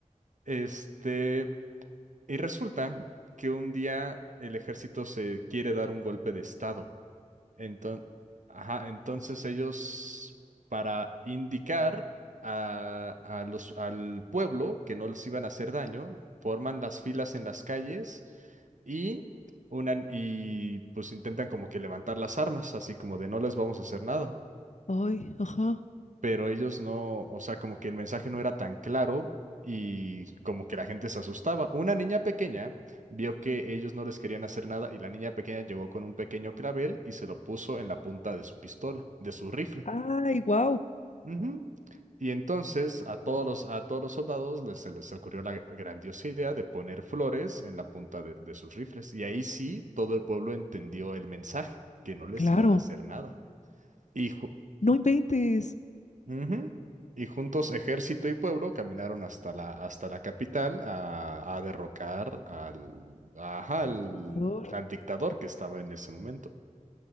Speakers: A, on the right; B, on the left.
A: Este, y resulta que un día el ejército se quiere dar un golpe de estado. Enton- ajá, entonces ellos, para indicar a, a los, al pueblo que no les iban a hacer daño, forman las filas en las calles y, unan, y pues intentan como que levantar las armas, así como de no les vamos a hacer nada
B: Ay, ajá.
A: pero ellos no, o sea, como que el mensaje no era tan claro y como que la gente se asustaba. Una niña pequeña vio que ellos no les querían hacer nada y la niña pequeña llegó con un pequeño clavel y se lo puso en la punta de su pistola, de su rifle.
B: Ay, wow.
A: Ujú. Y entonces a todos los, a todos los soldados les, se les ocurrió la grandiosa idea de poner flores en la punta de, de sus rifles. Y ahí sí, todo el pueblo entendió el mensaje, que no les
B: Claro,
A: iban a hacer nada. Y ju-
B: no inventes.
A: Ujú. Y juntos ejército y pueblo caminaron hasta la, hasta la capital a, a derrocar al, ajá, al,
B: Ador.
A: al dictador que estaba en ese momento.